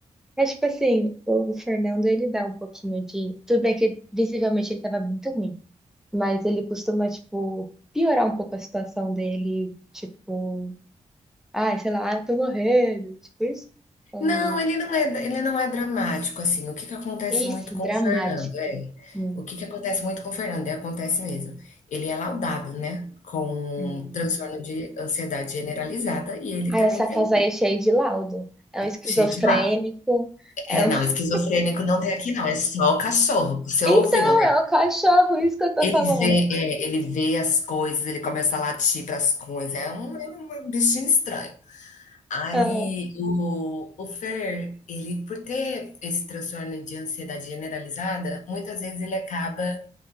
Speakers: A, in the centre; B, on the left.
A: É tipo assim, o Fernando ele dá um pouquinho de. Tudo bem que visivelmente ele tava muito ruim. mas ele costuma, tipo, piorar um pouco a situação dele, tipo, ai, sei lá, ai, tô morrendo, tipo isso. Ou,
B: Não, ele não é, ele não é dramático, assim. O que que acontece
A: esse
B: muito com
A: dramático.
B: o Fernando, é?
A: Hum,
B: O que que acontece muito com o Fernando, e acontece mesmo. Ele é laudado, né, com
A: hum.
B: transtorno de ansiedade generalizada e ele
A: Ah,
B: também
A: essa
B: tem
A: casa aí é cheia de laudo. É um esquizofrênico.
B: cheio de lá.
A: É
B: É,
A: um...
B: não,
A: <laughs>
B: esquizofrênico não tem aqui não, é só o cachorro. Você
A: Então,
B: ouviu, né?
A: é o cachorro, isso que eu tô
B: Ele
A: falando.
B: vê, é, ele vê as coisas, ele começa a latir para as coisas. É um, é um bichinho estranho. Aí
A: Ah,
B: o o Fer, ele por ter esse transtorno de ansiedade generalizada, muitas vezes ele acaba